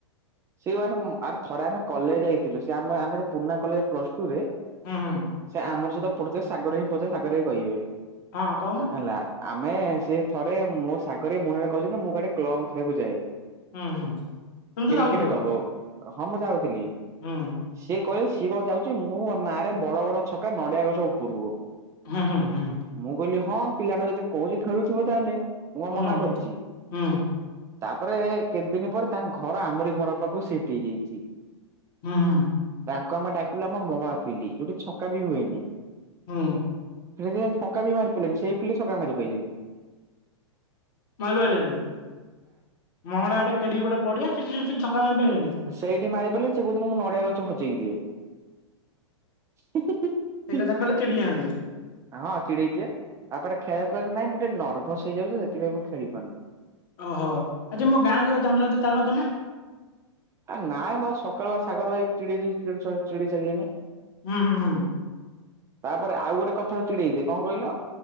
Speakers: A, on the right (about 20°); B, on the left (about 45°).
A: ସେମାନୋନେ ଆ ଥରେ ଆମେ କଲେଜ ଯାଇଥିଲୁ ସେ ଆମ ଆମେ ପୁରୁଣା କଲେଜ ପ୍ଲସ ଟୁ ରେ
B: ହୁଁ ହୁଁ
A: ସେ ଆମର ସହିତ ପୁଢ଼ୁ ସାଗର ହିଁ ପଚାର ସାଗର ଭାଇ କହିବେ
B: ହଁ କହୁନ
A: ହେଲା ଆମେ ସେ ଥରେ ମୋ ସାଗରେ ମୁନରେ କହିଚନ୍ତି ମୁଁ କାଳେ କ୍ଲବ ଖେଳିବାକୁ ଯାଏ।
B: ହୁଁ ହୁଁ ତୁମ
A: କ୍ରିକେଟ
B: ତ ଯାଉଥିଲ
A: କବ ହଁ ମୁଁ ଯାଉଥିଲି
B: ହୁଁ
A: ସିଏ କହିଲ ସିଏ କଣ ଯାଉଛି ମୁଁ ନାଁ ରେ ବଡ ବଡ ଛକା ନଡିଆ ଗଛ ଉପୁରକୁ
B: ହୁଁ ହୁଁ
A: ମୁଁ କହିଲି ହଁ ପିଲା ଟା ଯଦି କୋହୁଚି ଖେଳୁଥିବ ତାହେଲେ ମୁଁ କଣ
B: ହୁଁ
A: ମନା
B: ହୁଁ।
A: କରୁଛି। ତାପରେ କେତେ ଦିନ ପରେ ତାଙ୍କ ଘର ଆମରି ଘର ପାଖକୁ ସିଫ୍ଟ ହେଇଯାଇଚି।
B: ହୁଁ ହୁଁ।
A: ତାଙ୍କୁ ଆମେ ଡାକିଲୁ ଆମ ମଙ୍ଗଳା ଫିଲ୍ଡି ଯୋଉଠି ଛକା ବି ହୁଏନି।
B: ହୁଁ।
A: ସେଠି ଦିଇଟା ଛଙ୍କା ବି ମାରି ପିଲଣିି ସେଇ ଫିଲ୍ଡରେ ଛକା ମାରି ପାରିଲେନି।
B: ମାରିପାରିଲେନି ମଙ୍ଗଳା ହାଟ କେଡି ଗୋଟେ ପଡିଆ କିଛି କିଛି ଛକା ମାରି ପାରିଲେନି।
A: ସେଇଠି ମାରି ପାରିଲି ସେ କୋହୁଚନ୍ତି ମୁଁ ନଡିଆ ଗଛ ହଜେଇ ଦିଏ। ହିଁ
B: ସେଇ
A: ହିଁ
B: କଥା କହିଲେ ଚିଡି ଯାଆନ୍ତି
A: ହଁ ଚିଡେଇ ଦିଏ ତାପରେ ଖେଳ କହିଲେ ନାଇଁ ମୁଁ ଟିକେ ନର୍ଭସ ହେଇଯାଉଚି ତ ସେଥିପାଇଁ ମୁଁ ଖେଳି ପାରୁନି।
B: ଓହୋ ଆଜି ମୁଁ ଗାଁକୁ ଯାଉଚି ଆମ ସହିତ ଚାଲୁନ ତମେ
A: ଆ ନାଇଁ ମୋର ସକାଳୁ ବା ସାଗର ଭ ଚିଡି ଦେଇ ଚିଡି ସାଇଲିଣି
B: ହୁଁ ହୁଁ ହୁଁ।
A: ତାପରେ ଆଉ ଗୋଟେ କଥାକୁ ଚିଡେଇବେ କଣ କହିଲ।